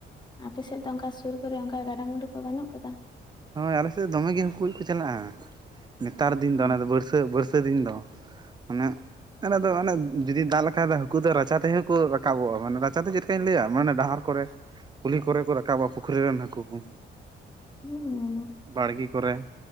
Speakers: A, on the left; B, on the right.
A: ᱟᱯᱮ ᱥᱮᱫ ᱫᱚ ᱚᱝᱠᱟ ᱥᱩᱨ ᱠᱚᱨᱮ ᱚᱝᱠᱟ ᱜᱟᱰᱟᱼᱢᱩᱰᱩ ᱠᱚ ᱵᱟᱹᱱᱩᱜ ᱠᱟᱫᱟ
B: ᱦᱳᱭ ᱟᱞᱮ ᱥᱮᱫ ᱫᱚᱢᱮ ᱜᱮ ᱦᱟᱹᱠᱩ ᱜᱚᱡ ᱠᱩ ᱪᱟᱞᱟᱜᱼᱟ ᱱᱮᱛᱟᱨ ᱫᱤᱱ ᱫᱚ
A: ᱦᱩᱸ
B: ᱚᱱᱟ ᱫᱚ ᱵᱟᱹᱨᱥᱟᱹ ᱵᱟᱹᱨᱥᱟᱹ ᱫᱤᱱ ᱫᱚ ᱢᱟᱱᱮ ᱚᱱᱮ ᱫᱚ ᱚᱱᱮ ᱡᱩᱫᱤ ᱫᱟᱜ ᱞᱮᱠᱷᱟᱡ ᱫᱚ ᱦᱟᱹᱠᱩ ᱫᱚ ᱨᱟᱪᱟ ᱛᱮᱦᱚᱸ ᱠᱩ ᱨᱟᱠᱟᱵᱚᱜᱼᱟ ᱢᱟᱱᱮ ᱨᱟᱪᱟ ᱫᱚ ᱪᱮᱫ ᱞᱮᱠᱟᱧ ᱞᱟᱹᱭᱟ ᱢᱟᱱᱮ ᱰᱟᱦᱟᱨ ᱠᱚᱨᱮ
A: <inaudible>
B: ᱠᱩᱞᱦᱤ ᱠᱚᱨᱮ ᱠᱩ ᱨᱟᱠᱟᱵᱚᱜᱼᱟ ᱯᱩᱠᱷᱨᱤ ᱨᱮᱱ ᱦᱟᱹᱠᱩ ᱠᱩ
A: ᱦᱩᱸᱻ
B: ᱵᱟᱲᱜᱮ ᱠᱚᱨᱮ